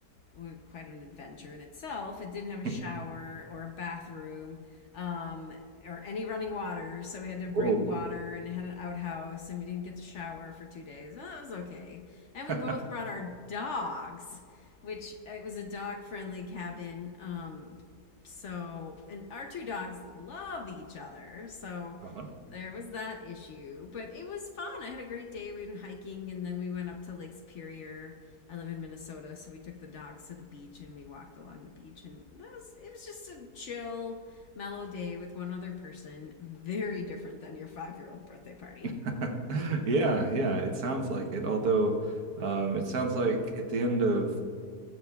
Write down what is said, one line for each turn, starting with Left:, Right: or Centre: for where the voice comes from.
Left: was quite an adventure in itself. It didn't have a shower
Right: <laughs>
Left: or a bathroom um, or any running water, so we had to bring
Right: Whoa.
Left: water and it had an outhouse, and we didn't get to shower for two days. Well, that was okay. And we
Right: <laughs>
Left: both brought our dogs, which it was a dog friendly cabin. Um, so and our two dogs love each other so
Right: Uh-huh.
Left: there was that issue but it was fun i had a great day we went hiking and then we went up to lake superior i live in minnesota so we took the dogs to the beach and we walked along the beach and that was it was just a chill mellow day with one other person very different than your five year old birthday party
Right: <laughs> Yeah, yeah, it sounds like it. Although, um, it sounds like at the end of